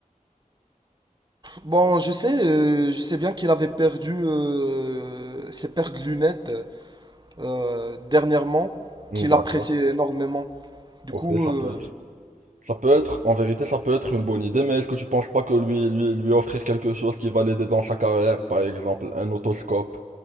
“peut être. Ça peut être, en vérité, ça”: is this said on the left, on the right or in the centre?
Right